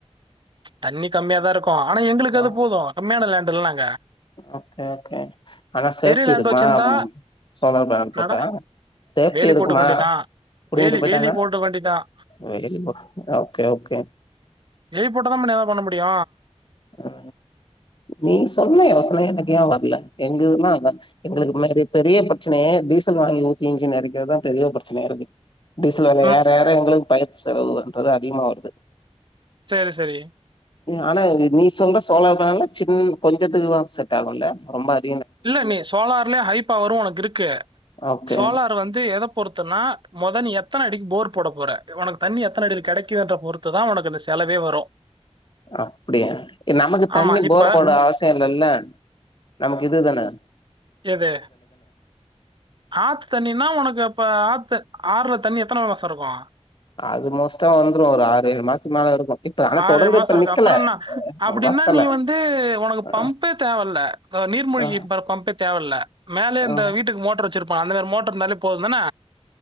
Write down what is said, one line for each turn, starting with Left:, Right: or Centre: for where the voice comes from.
Right: தண்ணி கம்மியா தா இருக்கு ஆனா எங்குளுக்கு
Left: ஆ
Right: அது போது கம்மியான லேண்டுல்லங்
Left: ஓகே ஓகே ஆனா சேஃப்டி
Right: பெரிய லேண்ட்
Left: இருக்குமா
Right: வச்சிருந்தா,
Left: சோலார் பேனல்
Right: என்னடா
Left: போட்டா சேப்டி
Right: வேலி
Left: இருக்குமா
Right: போட்டுக்க வேண்டியதான்.
Left: புடிங்கிட்டு
Right: வேலி
Left: போயிட்டான்னா
Right: வேலி போட்டுக்க வேண்டியதான்.
Left: <unintelligible> ஓகே ஓகே
Right: வெய்ட் போட்ட தான்பா நீ அதா பண்ண முடியு
Left: அ நீ சொன்ன யோசன எனுக்கு ஏ வர்ல எங்குதுனா அதா எங்களுக்கு மாரி பெரிய பிரச்சனையே டீசல் வாங்கி ஊத்தி எஞ்சின் எறைக்கிறதுதா பெரிய பிரச்சனையா இருக்கு டீசல் வெல
Right: ம்.
Left: எற எற எங்குளுக்கு பயிற்சி செலவுன்றது அதிகமா வருது
Right: சேரி செரி
Left: ஆனா நீ சொல்ற சோழார் பேனல்ல சின்ன கொஞ்சத்துக்கு செட் ஆகுல்ல ரொம்ப அதி
Right: இல்ல நீ சோலார்லயே ஹை பவரு உனக்கு இருக்கு
Left: ஓகே
Right: சோலார் வந்து எத பொறுத்தனா மொத நீ எத்தன அடிக்கு போர் போட போற உனக்கு தண்ணி எத்தன அடில கெடைக்குன்ற பொறுத் துதா உனக்கு அந்த செலவே வரு
Left: அப்படியா நமக்கு தண்ணி
Right: ஆமா. இப்ப
Left: போர் போட
Right: தண்ணி
Left: அவசி ம் இல்லல்ல நமக்கு இதுதானே
Right: எது ஆத்து தண்ணினா உனக்கு இப்ப ஆத்து ஆறுல தண்ணி எத்தன மாசோ இருக்கு
Left: அது மோஸ்ட்டா வந்துரு ஒரு ஆறு ஏழு மாசத்துக்கு மேல இருக்கு இப்ப ஆனா
Right: ஆறு
Left: தொடர்ந்து
Right: ஏழு மாசோ
Left: இப்ப
Right: இருக்கு
Left: நிக்கல
Right: அப்புறம் என்ன அப்டின்னா
Left: வத்தல
Right: நீ வந்து உனக்கு
Left: ஆ
Right: பம்பப்பே தேவல்ல அ நீர்மூழ்கி
Left: ஆ
Right: பம்பே தேவயில்ல மேலயே
Left: ஆ
Right: இந்த வீட்டுக்கு மோட்டர் வெச்சிருப் போ அந்த மாரி மோட்டர் இருந்தால போதுந்தான